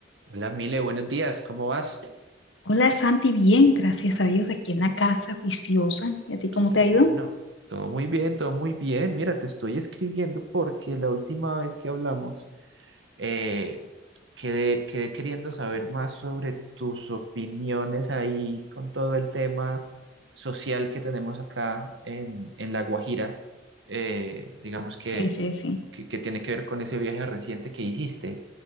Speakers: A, on the right; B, on the left.
A: Hola, Mile, buenos días, ¿cómo vas?
B: Hola Santi, bien, gracias a Dios, aquí en la casa, juiciosa. ¿Y a ti cómo
A: Qué
B: te
A: bueno,
B: ha ido?
A: todo muy bien, todo muy bien. Mira, te estoy escribiendo porque la última vez que hablamos eh, quedé, quedé queriendo saber más sobre tus opiniones ahí con todo el tema social que tenemos acá en, en La Guajira. Eh, digamos que
B: Sí, sí, sí.
A: que, que tiene que ver con ese viaje reciente que hiciste.